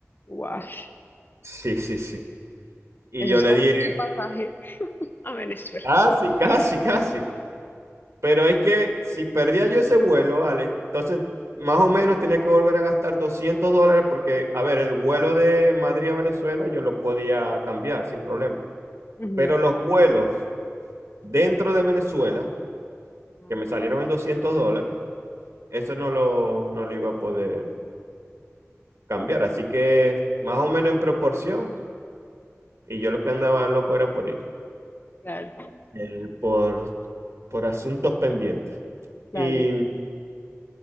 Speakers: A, on the left; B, on the right.
A: Guash.
B: Sí, sí, sí. Y
A: Eso
B: yo
A: es
B: le
A: casi
B: dije,
A: que el pasaje a Venezuela.
B: casi, casi, casi. Pero es que si perdía yo ese vuelo, Alex, entonces más o menos tenía que volver a gastar 200 dólares porque, a ver, el vuelo de Madrid a Venezuela yo lo podía cambiar sin problema.
A: Ujú.
B: Pero los vuelos dentro de Venezuela,
A: Ah,
B: que me salieron en 200 dólares, eso no lo, no lo iba a poder cambiar. Así que más o menos en proporción. Y yo lo que andaba loco era por ir,
A: Claro,
B: eh, por, por asuntos pendientes.
A: claro,
B: Y
A: sí.